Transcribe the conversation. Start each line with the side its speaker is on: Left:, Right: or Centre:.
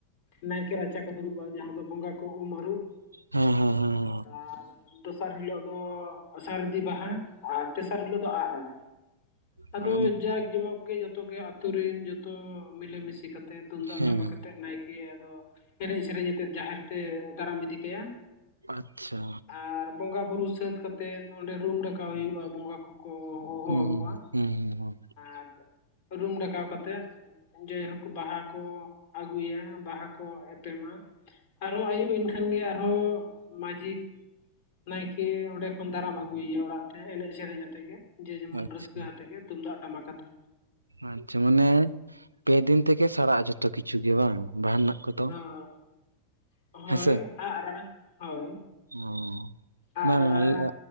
Left: ᱱᱟᱭᱠᱮ ᱨᱟᱪᱟ ᱠᱚ ᱫᱩᱲᱩᱵᱼᱟ ᱡᱟᱦᱟᱸ ᱫᱚ ᱵᱚᱸᱜᱟ ᱠᱚ ᱩᱢ ᱟᱨᱩᱵ᱾
Right: ᱦᱩᱸ ᱦᱮᱸ ᱦᱮᱸ
Left: ᱟᱨ ᱫᱚᱥᱟᱨ ᱦᱤᱞᱳᱜ ᱫᱚ ᱥᱟᱨᱫᱤ ᱵᱟᱦᱟ ᱟᱨ ᱛᱮᱥᱟᱨ ᱦᱤᱞᱳᱜ ᱫᱚ ᱟᱜ ᱨᱟᱲᱟ᱾ ᱟᱫᱚ
Right: ᱦᱮᱸ
Left: ᱡᱟᱠ
Right: ᱦᱮᱸ
Left: ᱡᱚᱢᱚᱠ ᱜᱮ ᱡᱚᱛᱚ ᱜᱮ ᱟᱛᱳ ᱨᱮᱱ ᱡᱚᱛᱚ ᱢᱤᱞᱮᱢᱤᱥᱮ ᱠᱟᱛᱮᱫ᱾ ᱛᱩᱢᱫᱟᱜ
Right: ᱦᱮᱸ
Left: ᱴᱟᱢᱟᱠ ᱟᱛᱮ ᱱᱟᱭᱠᱮ ᱟᱫᱚ ᱮᱱᱮᱡ ᱥᱮᱨᱮᱧ ᱟᱛᱮᱫ ᱡᱟᱦᱮᱨ ᱛᱮ ᱫᱟᱨᱟᱢ ᱤᱫᱤ ᱠᱟᱭᱟ᱾
Right: ᱟᱪᱪᱷᱟ
Left: ᱟᱨ ᱵᱚᱸᱜᱟ ᱵᱩᱨᱩ ᱥᱟᱹᱛ ᱠᱟᱛᱮᱫ ᱚᱸᱰᱮ ᱨᱩᱢ ᱰᱟᱠᱟᱣ ᱦᱩᱭᱩᱜᱼᱟ ᱚᱱᱰᱮ ᱵᱚᱸᱜᱟ ᱠᱚ ᱠᱚ- ᱠᱚ ᱦᱚᱦᱚ
Right: ᱦᱩᱸ
Left: ᱟᱠᱚᱣᱟ
Right: ᱦᱩᱸ ᱦᱩᱸ ᱦᱩᱸ
Left: ᱟᱨ ᱨᱩᱢ ᱰᱟᱠᱟᱣ ᱠᱟᱛᱮᱫ᱾ ᱡᱟᱹᱭ ᱦᱳᱠ ᱵᱟᱦᱟ ᱠᱚ ᱟᱹᱜᱩᱭᱟ ᱵᱟᱦᱟ ᱠᱚ ᱮᱯᱮᱢᱟ᱾ ᱟᱨᱦᱚᱸ ᱟᱭᱩᱵ ᱮᱱᱠᱷᱟᱱ ᱜᱮ ᱟᱨᱦᱚᱸ ᱢᱟᱺᱡᱷᱤ᱾ ᱱᱟᱭᱠᱮ ᱚᱸᱰᱮ ᱠᱷᱚᱱ ᱫᱟᱨᱟᱢ ᱟᱹᱜᱩ ᱮᱭᱟ ᱚᱲᱟᱜ ᱛᱮ, ᱮᱱᱮᱡ ᱥᱮᱨᱮᱧ ᱟᱛᱮ ᱜᱮ᱾ ᱡᱮ ᱡᱮᱢᱚᱱ
Right: ᱟᱪᱪᱷᱟ
Left: ᱨᱟᱹᱥᱠᱟᱹ ᱦᱟᱛᱮ ᱜᱮ ᱛᱩᱢᱫᱟᱜ ᱴᱟᱢᱟᱠ ᱟᱛᱮ᱾
Right: ᱟᱪᱪᱷᱟ ᱢᱟᱱᱮ ᱯᱮ ᱫᱤᱱ ᱛᱮᱜᱮ ᱥᱟᱨᱟᱜᱼᱟ ᱡᱦᱚᱛᱚ ᱠᱤᱪᱷᱩ ᱜᱮ ᱵᱟᱝ ᱵᱟᱦᱟ ᱨᱮᱱᱟᱜ ᱠᱚᱫᱚ?
Left: ᱚ ᱦᱳᱭ
Right: ᱦᱮᱸᱥᱮ
Left: ᱟᱜ ᱨᱟᱲᱟ ᱦᱳᱭ᱾
Right: ᱚ
Left: ᱟᱜ
Right: ᱵᱟᱝ
Left: ᱨᱟᱲᱟ
Right: ᱟᱞᱮ